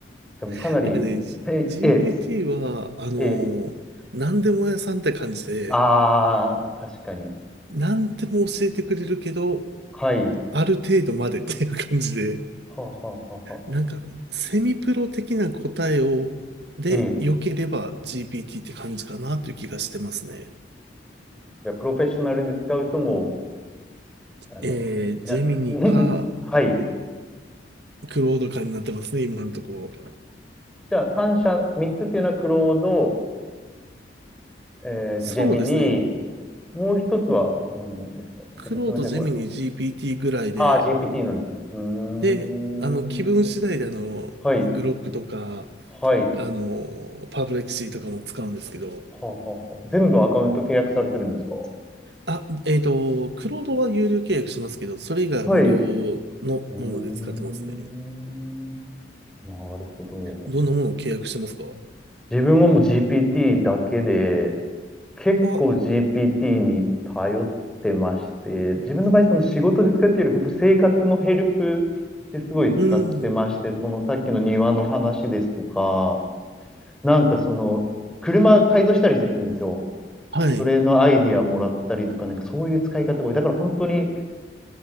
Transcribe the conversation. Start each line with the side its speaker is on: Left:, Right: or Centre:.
Centre: でもかなり、
Right: <laughs> なんかね、G-
Centre: え、
Right: GPT
Centre: え、
Right: は、あの、
Centre: え、
Right: 何でも屋さんって感じで、
Centre: ああ、確かに。
Right: 何でも教えてくれるけど、
Centre: はい。
Right: ある程度までっていう感じで、
Centre: はははは。
Right: なんか、セミプロ的な答えを、で、
Centre: ええ。
Right: 良ければ GPT って感じかなという気がしてますね。
Centre: いやプロフェッショナルで使うともう、あの、
Right: えー、ジェミニか、
Centre: いや <laughs> はい。
Right: クロードかになってますね、今のところ。
Centre: じゃあ3社、3つっていうのはクロード、えっと、
Right: そうですね。
Centre: ジェミニー、もう一つは何なんですかてかすみません、
Right: クロード、ジェミニ、
Centre: これ。
Right: GPT ぐらいで、
Centre: ああ、GPT なんですね。うーん。
Right: で、あの、気分次第で、あの、
Centre: はい。
Right: グロックとか、
Centre: はい。
Right: あの、パブレクシーとかも使うんですけど、
Centre: はあはあはあ全部アカウント契約されてるんですか
Right: あ、えっと、クロードは有料契約しますけど、それ以外は無料
Centre: はい。う
Right: のもので使ってますね。
Centre: ーん。なるほど。
Right: どんなものを契約してますか
Centre: 自分はもう GPT だけで、結構
Right: は、
Centre: GPT に頼ってまして、自分の場合、その仕事で使っているより、本当生活のヘルプですごい使ってまして、
Right: うん、
Centre: そのさっきの庭の話ですとか、なんかその、車改造したりするんですよ。
Right: はい。
Centre: それのアイディアもらったりとか、なんかそういう使い方が多い。だから本当に、